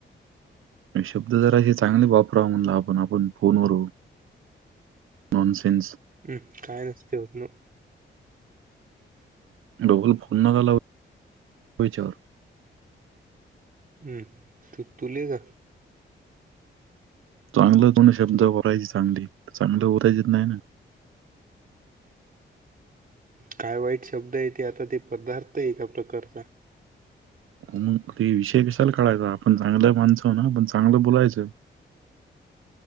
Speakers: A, on the right; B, on the right.
A: शब्द जराशी चांगले वापरा म्हणलं आपण आपण फोनवर नॉनसेन्स
B: हम्म काय नस्त होण
A: डोकं नक लवू त्यांच्यावर. <unintelligible>
B: हम्म तू तुले का
A: चांगलं दोन शब्द उरायची चांगली, चांगल उरायची नाही ना.
B: काय वाईट शब्द आहे ते आता ते पदार्थ आहे एका प्रकारचा.
A: मग ते विषय कशाला कढायचा आपण चांगलं माणसो आहो ना आपण चांगलं बोलायचं.